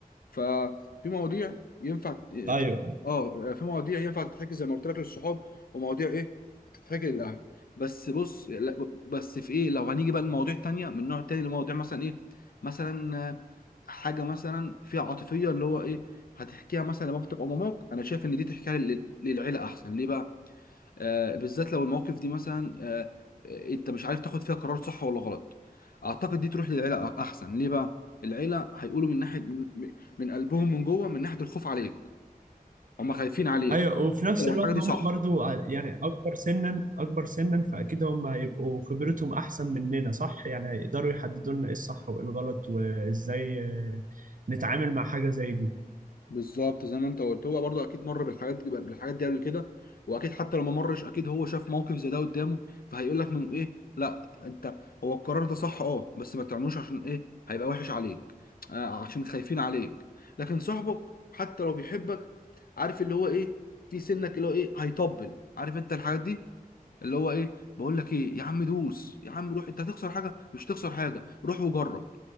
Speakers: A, on the left; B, on the right.
A: ففي مواضيع ينفع ت- ت-
B: ايوه
A: اه في مواضيع ينفع تتحكي زي ما قلت لك للصحاب ومواضيع ايه تتحكي للاهل بس بص لا- بس في ايه لو هنيجي بقى لمواضيع تانية من نوع تاني لمواضيع مثلا ايه مثلا آه، حاجة مثلا فيها عاطفية اللي هو ايه هتحكيها مثلا لبابتك او ماماك انا شايف ان دي تحكيها لل- للعيلة احسن ليه بقى آه، بالذات لو المواقف دي مثلا آه، آه، انت مش عارف تاخد فيها قرار صح ولا غلط اعتقد دي تروح للعيله أ- احسن ليه بقى العيله هيقولوا من ناحيه من من قلبهم من جوه من ناحيه الخوف عليك هم خايفين عليك
B: ايوه وفي
A: حتى
B: نفس
A: لو
B: الوقت
A: الحاجه دي
B: هم
A: صح
B: برضو ع- يعني اكبر سنا اكبر سنا فاكيد هم هيبقوا خبرتهم احسن مننا صح يعني هيقدروا يحددوا لنا ايه الصح وايه الغلط وازاي آه، نتعامل مع حاجة زي دي
A: بالظبط زي ما انت قلت هو برضه اكيد مر بالحاجات دي بالحاجات دي قبل كده واكيد حتى لو ما مرش اكيد هو شاف موقف زي ده قدامه فهيقول لك من ايه لا انت هو القرار ده صح اه بس ما تعملوش عشان ايه هيبقى وحش عليك آه عشان خايفين عليك لكن صاحبك حتى لو بيحبك عارف اللي هو ايه في سنك اللي هو ايه هيطبل عارف انت الحاجات دي اللي هو ايه بقول لك ايه يا عم دوس يا عم روح انت هتخسر حاجه مش هتخسر حاجه روح وجرب